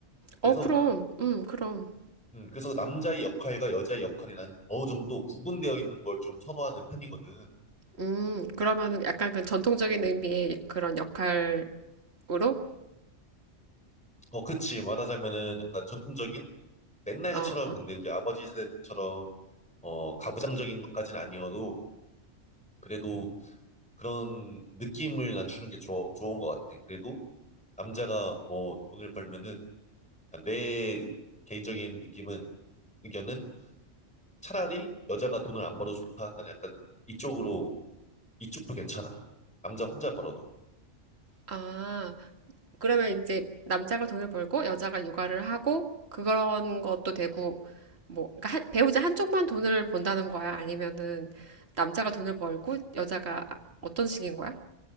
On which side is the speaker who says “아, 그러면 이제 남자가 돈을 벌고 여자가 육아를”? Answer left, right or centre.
Right